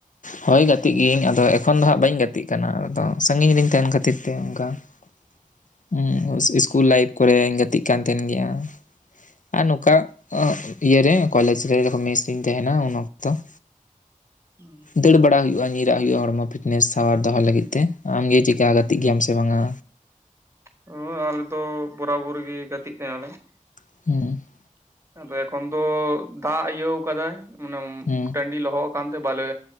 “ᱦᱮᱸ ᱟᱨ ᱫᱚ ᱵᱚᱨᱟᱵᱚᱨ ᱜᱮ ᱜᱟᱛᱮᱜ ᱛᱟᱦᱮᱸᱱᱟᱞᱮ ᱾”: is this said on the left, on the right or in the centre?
Right